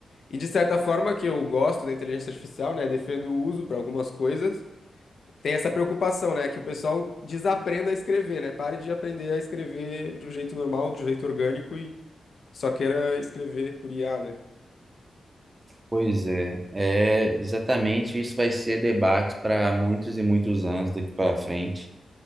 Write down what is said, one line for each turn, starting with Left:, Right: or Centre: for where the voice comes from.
Left: E de certa forma que eu gosto da inteligência artificial, né? Defendo o uso para algumas coisas. Tem essa preocupação, né? Que o pessoal desaprenda a escrever, né? Pare de aprender a escrever de um jeito normal, de um jeito orgânico e só queira escrever por IA, né?
Right: Pois é, é exatamente isso vai ser debate para muitos e muitos anos daqui para frente.